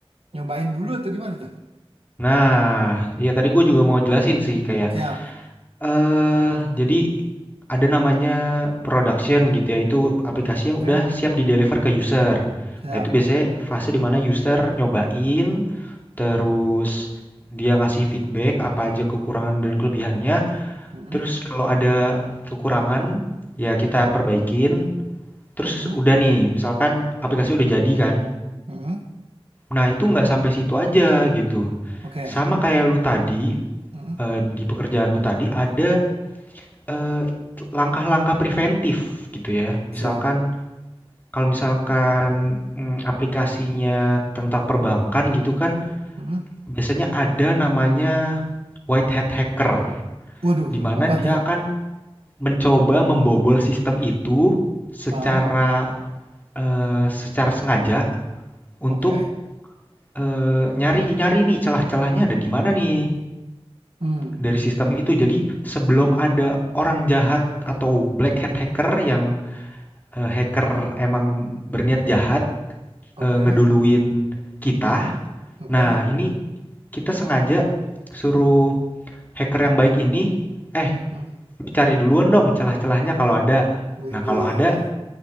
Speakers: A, on the right (about 70°); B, on the left (about 20°).
A: Nyobain dulu atau gimana tuh?
B: nah, iya tadi gue juga mau jelasin sih kayak,
A: Siap.
B: eh jadi ada namanya production gitu ya, itu aplikasi
A: Oke,
B: yang udah siap di deliver ke user.
A: siap.
B: Nah, itu biasanya fase di mana user nyobain, terus dia ngasih feedback apa aja kekurangan dan kelebihannya.
A: Mm-mm,
B: Terus kalau ada kekurangan, ya kita perbaikin. Terus
A: mm-mm,
B: udah nih, misalkan aplikasi udah jadi kan.
A: mm-mm.
B: Nah, itu nggak sampai situ aja gitu.
A: Oke.
B: Sama kayak lu tadi,
A: Mm-mm,
B: eh, di pekerjaan lu tadi ada eh, langkah-langkah preventif gitu ya.
A: Siap.
B: Misalkan kalau misalkan mm, aplikasinya tentang perbankan gitu kan
A: Mm-mm.
B: biasanya ada namanya white hat hacker
A: Waduh,
B: di mana
A: apa
B: dia
A: tuh?
B: akan mencoba membobol sistem itu secara
A: <laughs> Hah?
B: eh, secara sengaja untuk
A: Oke.
B: eh, nyari-nyari nih celah-celahnya ada di mana nih
A: Hmm.
B: dari sistem itu. Jadi sebelum ada orang jahat atau black hat hacker yang eh, hacker emang berniat jahat
A: Oke.
B: eh, ngeduluin kita.
A: Oke.
B: Nah, ini kita sengaja suruh hacker yang baik ini, eh,
A: Hmm.
B: lu cari duluan dong celah-celahnya kalau ada.
A: Widih.
B: Nah, kalau ada